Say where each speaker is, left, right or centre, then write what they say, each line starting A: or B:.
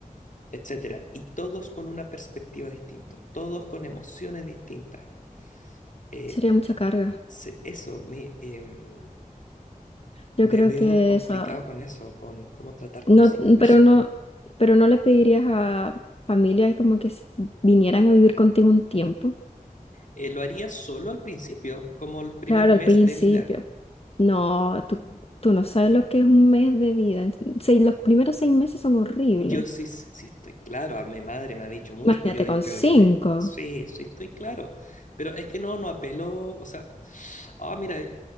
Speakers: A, on the left; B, on the left.
A: etcétera. Y todos con una perspectiva distinta, todos con emociones distintas. Eh,
B: sería mucha carga.
A: se- eso, me, em,
B: Yo
A: me
B: creo
A: veo
B: que
A: complicado
B: esa,
A: con eso, con cómo tratar
B: no,
A: con cinco personas.
B: pero no, pero no le pedirías a familias como que s- vinieran a vivir contigo un tiempo.
A: eh, lo haría solo al principio, como el primer
B: Claro,
A: mes
B: al principio.
A: de vida.
B: No, tú, tú no sabes lo que es un mes de vida. En- seis- los primeros seis meses son horribles.
A: Yo sí, sí sí estoy claro, a mi madre me ha dicho mucho
B: Imagínate
A: que yo, de-
B: con
A: yo
B: cinco.
A: lloré. Sí, sí estoy claro, pero es que no, no apeló, o sea, ah, mira,